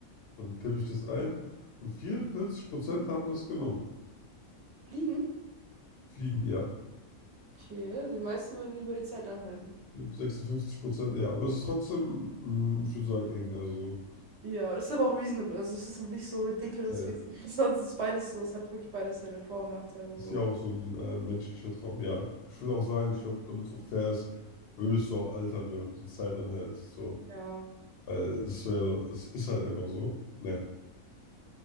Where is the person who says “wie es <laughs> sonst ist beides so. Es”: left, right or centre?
Right